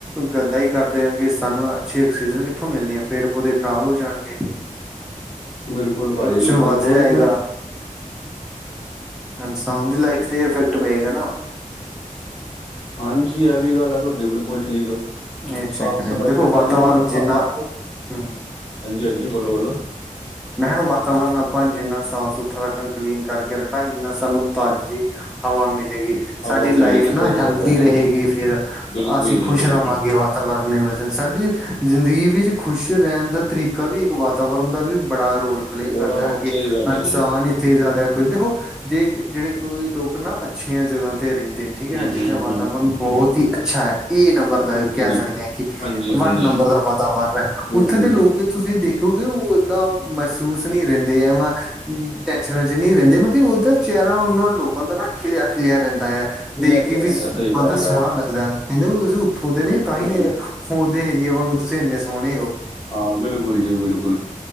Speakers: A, in the centre; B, on the left.
A: ਗੰਦਾ ਹੀ ਕਰ ਦਿਆਂਗੇ, ਸਾਨੂੰ ਅੱਛੇ ਆਕਸੀਜਨ ਕਿੱਥੋਂ ਮਿਲਣੇ ਆ, ਪੇੜ- ਪੌਦੇ ਖ਼ਰਾਬ ਹੋ ਜਾਣਗੇ।
B: ਬਿਲਕੁਲ, ਭਾਜੀ,
A: ਪੋਲਿਊਸ਼ਨ
B: ਬਿਲਕੁਲ
A: ਵੱਧ
B: ਹੁਣ
A: ਜਾਏਗਾ। ਇਨਸਾਨ ਦੀ ਲਾਈਫ ਤੇ ਇਫੈਕਟ ਪਏਗਾ ਨਾ।
B: ਹਾਂਜੀ। ਇਹ ਵੀ ਗੱਲ ਆ ਤੁਹਾਡੀ ਬਿਲਕੁਲ ਠੀਕ
A: ਇਹ ਚੱਕਰ
B: ਸਾਫ਼- ਸਫ਼ਾਈ
A: ਐ ਦੇਖੋ
B: ਤੇ ਭਾਜੀ
A: ਵਾਤਾਵਰਨ
B: ਹੁਣ ਆਪਾਂ-
A: ਜਿੰਨਾ
B: ਆਪ ਹਾਂਜੀ-
A: ਹੂੰ
B: ਹਾਂਜੀ। ਬੋਲੋ- ਬੋਲੋ
A: ਮੈਂ ਕਿਹਾ ਵਾਤਾਵਰਨ ਆਪਾਂ ਜਿੰਨਾ ਸਾਫ- ਸੁਥਰਾ ਰੱਖਾਂ ਕਲੀਨ ਕਰਕੇ ਰੱਖਾਂ ਇੰਨਾ ਸਾਨੂੰ ਤਾਜ਼ੀ ਹਵਾ ਮਿਲੇਗੀ। ਸਾਡੀ
B: ਹਵਾ
A: ਲਾਈਫ
B: ਮਿਲੇਗੀ ਸਹੀ
A: ਨਾ ਹੈਲਦੀ
B: ਗੱਲ ਹੈ ਜੀ
A: ਰਹੇਗੀ। ਫਿਰ
B: ਬਿਲਕੁਲ
A: ਅਸੀਂ
B: ਜੀ
A: ਖੁਸ਼
B: ਬਿਲਕੁਲ
A: ਰਵਾਂਗੇ। ਵਰਨੇ ਵਨ ਸਾਡੀ ਜ਼ਿੰਦਗੀ ਵਿੱਚ ਖੁਸ਼ ਰਹਿਣ ਦਾ ਤਰੀਕਾ ਵੀ ਇੱਕ ਵੱਧ ਤਵਰਨ ਦਾ ਵੀ ਬੜਾ ਰੋਲ ਪਲੇਅ
B: ਬੜਾ
A: ਕਰਦਾ ਹੈ। ਕਿ
B: ਸਹੀ ਗੱਲ
A: ਇਨਸਾਨ
B: ਹੈ ਜੀ
A: ਉੱਥੇ, ਜ਼ਿਆਦਾ ਦੇਖੋ ਜੇ ਜਿਹੜੇ ਕੋਈ ਲੋਕ- ਲੋਕ ਨਾ ਅੱਛੀਆਂ ਜਗ੍ਹਾ ਤੇ ਰਹਿੰਦੇ ਨੇ। ਠੀਕ ਹੈ
B: ਹਮ
A: ਨਾ ਜਿੱਥੇ
B: ਹਮ ਹਮ
A: ਵਾਤਾਵਰਨ ਬਹੁਤ ਹੀ ਅੱਛਾ ਹੈ। ਏ ਨੰਬਰ ਦਾ
B: ਬਿਲਕੁਲ
A: ਕਹਿ
B: ਜੀ
A: ਸਕਦੇ ਹਾਂ ਕਿ,
B: ਹਾਂਜੀ
A: ਵੰਨ
B: ਹਾਂਜੀ
A: ਨੰਬਰ ਦਾ ਵਾਤਾਵਰਨ ਹੈ,
B: ਬਿਲਕੁਲ
A: ਉੱਥੇ ਦੇ ਲੋਕ
B: ਜੀ
A: ਤੁਸੀਂ ਦੇਖ ਕਿਉਂਕਿ ਉਹ ਏਦਾਂ ਮਹਿਸੂਸ ਨਹੀਂ ਰਹਿੰਦੇ। ਐ ਵ ਟੈਸ਼ਨਾਂ ਨਹੀਂ ਰਹਿੰਦੇ, ਮਤਲਬ ਉਹਦਾ ਚਿਹਰਾ ਉਹਨਾ ਲੋਕਾਂ ਦਾ ਨਾ ਖਿਲਿਆ -ਖਿਲਿਆ ਰਹਿੰਦਾ ਹੈ।
B: ਖਿਲਿਆ
A: ਦੇਖ
B: ਖਿਲਿਆ
A: ਕੇ
B: ਰਹਿੰਦਾ
A: ਵੀ
B: ਸਹੀ ਗੱਲ
A: ਬੰਦਾ ਸੋਹਣਾ
B: ਹੈ
A: ਲੱਗਦਾ। ਕਹਿੰਦੇ ਵੀ ਤੁਸੀਂ ਉੱਥੋਂ ਦੇ ਨ
B: ਬਿਲਕੁਲ
A: ਤਾਂ ਹੀ
B: ਜੀ
A: ਉਹਦੇ ਏਰੀਏ ਵਾਂਗੂ, ਤੁਸੀਂ ਇੰਨੇ ਸੋਹਣੇ ਹੋ।
B: ਹਾਂ, ਬਿਲਕੁਲ, ਜੀ, ਬਿਲਕੁਲ